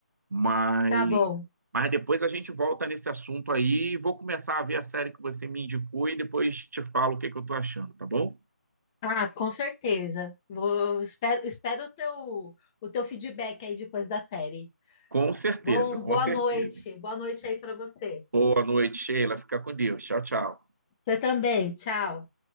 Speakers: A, on the right; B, on the left.
A: Mas,
B: Tá bom.
A: mas depois a gente volta nesse assunto aí, vou começar a ver a série que você me indicou e depois te falo o que que eu tô achando, tá bom?
B: Ah, com certeza. Vou, espero, espero o teu, o teu feedback aí depois da série.
A: Com certeza,
B: Bom,
A: com
B: boa
A: certeza.
B: noite. Boa noite aí para você.
A: Boa noite, Sheila. Fica com Deus. Tchau, tchau.
B: Você também. Tchau.